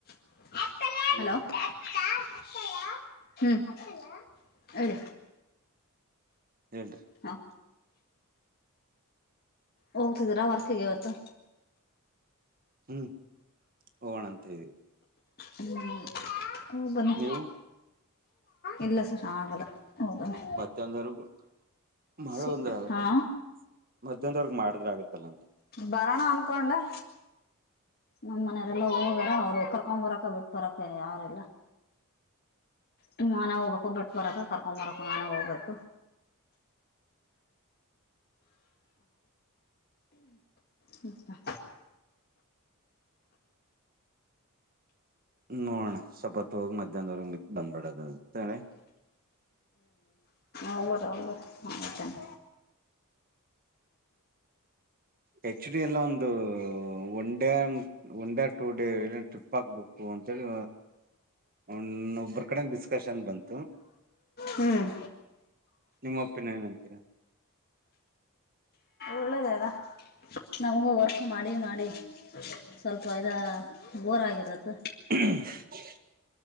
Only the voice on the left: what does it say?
<unintelligible>
hello. <unintelligible> ಹ್ಮ ಹೇಳ.
ಹಾ ಹೋಗ್ತಿದೀರಾ ವರ್ಕ್ಗೆ ಇವತ್ತು.
ಹ ಹ ಬನ್ನಿ
ಇಲ್ಲ ಸರ್ ಆಗಲ್ಲ ಹೋಗ ಬನ್ನಿ.
ಸಿ
ಹಾ
ಬರೋಣ ಅನಕೊಂಡೇ. ನಮ್ ಮನೇಯವರೆಲ್ಲ ಹೋಗಾರ ಅವ್ರು ಕರ್ಕ ಬರಕ ಬಿಟ್ಟ ಬರಕ ಯಾರಿಲ್ಲ. ಹ್ಮ್ ನಾನೇ ಹೋಗ್ಬೇಕು ಬಿಟ್ಟು ಬರಕ ಕರ್ಕೊಂಡ್ ಬರಕ ನಾನೆ ಹೋಗ್ಬೇಕು. ಹ್ಮ್ ಪ.
ಅವರ ಆತಾನೆ.
ಹ್ಮ್
ಒಳ್ಳದ ಅದಾ. ನಮಗೂ ವರ್ಕ್ ಮಾಡಿ ಮಾಡಿ ಸ್ವಲ್ಪ ಇದ ಬೋರಾಗಿರತ್ತ.